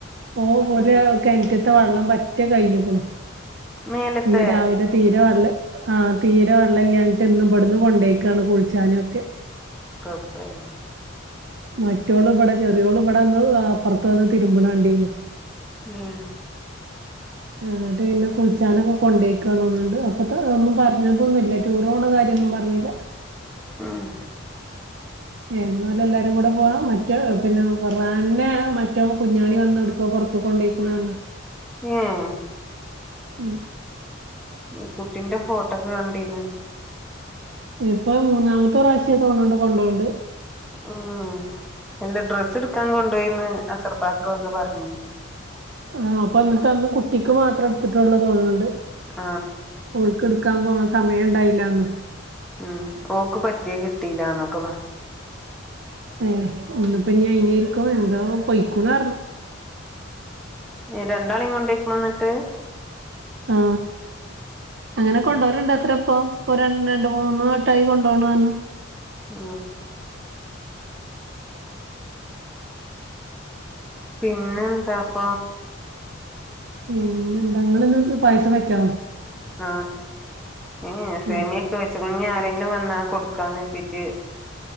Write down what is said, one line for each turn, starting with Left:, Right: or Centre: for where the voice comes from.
Right: പോ പോലെ
Centre: ഉം
Right: ഒക്കെ എനിക്ക് ത്തെ വെള്ളം പറ്റേ കഴിഞ്ഞിക്ണു
Centre: മേലത്തെ
Right: ഇന്ന് രാവിലെ തീരെ വള്ള ആഹ് തീരെ വെള്ളം ഇലഞ്ഞിട്ട് ഇന്ന് ഇവിടന്ന് കൊണ്ടേയ്കാണ് കൂളിച്ചാനൊക്കെ
Centre: <unintelligible>
Right: മറ്റൊൾ ഇവിടെ ചെറിയോൾ ഇവിടെ അന്ന് അപ്പുറത്ത് വന്ന് തിരുമ്പണ കണ്ടീന്
Centre: ഉം
Right: എന്നിട്ട് പിന്നെ കുളിച്ചാനൊക്കെ കൊണ്ടേക്കണണ്ട് അപ്പത്ത ഒന്നും പറഞ്ഞതൊന്നുല്ല ഇ ടൂറോണ കാര്യന്നും പറഞ്ഞില്ല
Centre: ആഹ്
Right: എന്നല എല്ലാരും കൂടെ പോവാ മറ്റേ പിന്നെ ഫർഹാൻ നെ മറ്റോ കുഞ്ഞാണി വന്ന് എടുക്കുവ പുറത്ത കൊണ്ടോക്കണ
Centre: ഉം
Right: ഉം
Centre: ഈ കുട്ടിന്റെ ഫോ <unintelligible> കണ്ടിന്ന്
Right: ഇപ്പൊ മൂന്നാമത്തെ പ്രാവശ്യ ണ്ട് കൊണ്ടോൊണ്ട്
Centre: മ്മ് എല്ലാ ഡ്രെസ്സ് ട്ക്കാൻ കൊണ്ടോയിന്ന് അസർപ്പാക്ക വന്ന് പറഞ്ഞീന്ന്
Right: ആ അപ്പൊ എന്നിട്ട് അന്ന് കുട്ടിക്ക് മാത്രം എടുത്തിട്ടുള്ളതോന്നണ്ട്
Centre: ആ
Right: ഓൾക്ക് ട്ക്കാൻ പോവാൻ സമയം ണ്ടായില്ലന്ന്
Centre: ഉം ഓക്ക് പറ്റിയ കിട്ടിയില്ലാന്നൊക്കെ പറഞ്
Right: ഏ ഇന്നപ്പ ഇനരിക്കും എന്താ പൊയ്ക്കുണ്
Centre: എ രണ്ടാളീം കൊണ്ടോയിക്കണോ ന്നട്ട്
Right: ആ അങ്ങനെ
Centre: ഉം
Right: <unintelligible> ഇപ്പൊ ര രണ്ട് മൂന്നു വട്ടായി കൊണ്ട പറഞ്ഞു
Centre: ആ പിന്നെ എന്താപ്പ
Right: പിന്നെന്താ ങ്ങള്ന്നട്ട് പായസംവെച്ചോ
Centre: ആ ഏ സേമിയൊക്കെ
Right: ഏഹ്
Centre: വെച്ച്കുണു ഞ് ആരെങ്കിലും വന്നാ കൊടുക് ക്കാ ന്നെര്തീട്ട്